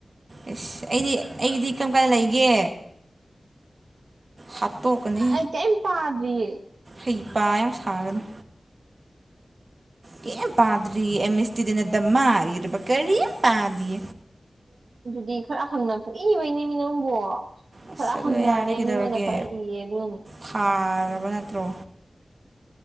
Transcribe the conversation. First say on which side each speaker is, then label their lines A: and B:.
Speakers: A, on the right; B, on the right.
A: ꯑꯦꯁ ꯑꯩꯗꯤ ꯑꯩꯒꯤꯗꯤ ꯀꯔꯝ ꯀꯥꯟ ꯂꯩꯒꯦ ꯍꯥꯠꯇꯣꯛꯀꯅꯤ
B: ꯑꯩ ꯀꯩꯝ ꯄꯥꯗ꯭ꯔꯤꯌꯦ
A: ꯍꯩꯄ ꯌꯥꯝ ꯁꯥꯒꯅꯨ ꯀꯝ ꯄꯥꯗ꯭ꯔꯤ ꯑꯦꯃꯤꯁꯇꯤꯗꯗꯤ ꯗꯃꯥ ꯏꯔꯥꯕ ꯀꯔꯤꯝ ꯄꯥꯗꯦ
B: ꯑꯗꯨꯗꯤ ꯈꯔ ꯍꯪꯅ ꯄꯨꯡꯢ ꯢꯕꯩꯅꯦꯃꯤ ꯅꯪꯕꯣ
A: ꯑꯁ
B: ꯈꯔ
A: ꯑꯗꯨ
B: ꯍꯪꯅꯔꯦ
A: ꯌꯥꯔꯗꯤ ꯀꯩꯗꯧꯔꯒꯦ
B: ꯃꯤꯉꯣꯟꯗ ꯈꯔ ꯌꯦꯡꯌꯦ ꯑꯗꯨꯢꯅꯤ
A: ꯐꯥꯔꯕ ꯅꯠꯇ꯭ꯔꯣ